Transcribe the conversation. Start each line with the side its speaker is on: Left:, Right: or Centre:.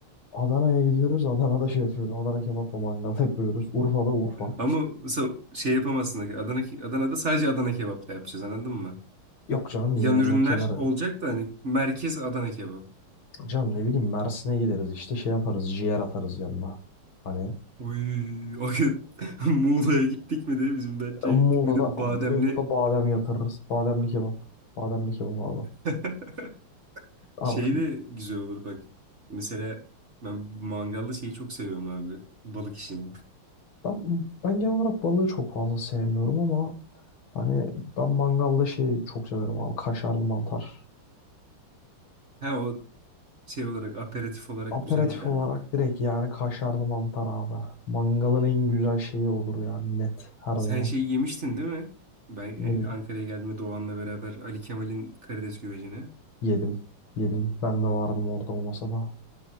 Left: Adana'ya gidiyoruz. Adana'da şey yapıyoruz. Adana kebapla mangal <laughs> yapıyoruz. Urfa'da Urfa.
Right: <laughs> Ama mesela şey yapamazsın. Adana, Adana'da sadece Adana kebap da yapacağız anladın mı?
Left: Yok canım yine
Right: Yan
Left: yanına
Right: ürünler
Left: kenarı.
Right: olacak da hani merkez Adana kebap.
Left: Canım ne bileyim Mersin'e gideriz işte şey yaparız ciğer atarız yanına. Hani
Right: Uy, o gün <laughs> Muğla'ya gittik mi de bizim Datça'ya
Left: e, Muğla'da,
Right: gittik mi de bademli
Left: Muğla'da badem yatırırız. Bademli kebap. Bademli kebap abi.
Right: <laughs>
Left: Artık
Right: şey de güzel olur bak. Mesela ben mangallı şeyi çok seviyorum abi. Balık işini.
Left: ben, ben genel olarak balığı çok fazla sevmiyorum ama hani ben mangalda şeyi çok severim abi kaşarlı mantar.
Right: Ha o şey olarak aperatif olarak
Left: Aperatif
Right: güzel gider
Left: olarak
Right: bak.
Left: direkt yani kaşarlı mantar abi. Mangalın en güzel şeyi olur yani net her zaman.
Right: Sen şey yemiştin değil mi? Ben
Left: Neyi?
Right: e, Ankara'ya geldiğimde Doğan'la beraber Ali Kemal'in karides güvecini.
Left: Yedim. Yedim. Ben de vardım orada o masada.